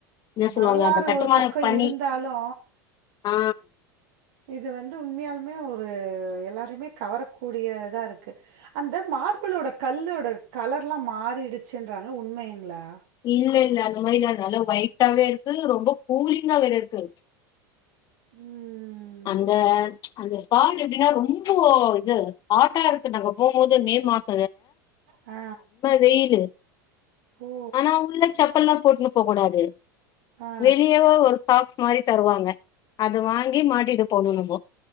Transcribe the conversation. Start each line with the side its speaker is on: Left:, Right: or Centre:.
Left: என்ன சொல்லுவாங்க
Right: வரலாறு
Left: அந்த கட்டுமான
Right: ஒரு பக்க
Left: பணி
Right: இருந்தாலு
Left: ஆ
Right: இது வந்து உண்மையாலுமே ஒரு எல்லாரையுமே கவரக்கூடியதா இருக்கு அந்த மார்பிளோட கல்லோட கலர்ல்லா மாறிடுச்சுன்றாங்க உண்மைங்களா
Left: இல்ல இல்ல அந்த மாரிலா நல்லா ஒயிட்டாவே இருக்கு ரொம்ப கூலிங்கா வேற இருக்கு
Right: உம்
Left: அந்த அந்த ஸ்பாட் எப்டின்னா ரொம்போ இது ஹாட்டா இருக்குன்னாங்க போம்போது மே மாஸ்
Right: ஆ
Left: வெயிலு
Right: ஓ!
Left: ஆனா உள்ள சப்பல்ல்லா போட்னு போக கூடாது
Right: ஆ.
Left: வெளியவோ ஒரு சாக்ஸ் மாரி தருவாங்க அது வாங்கி மாட் இது போட்ணு நம்போ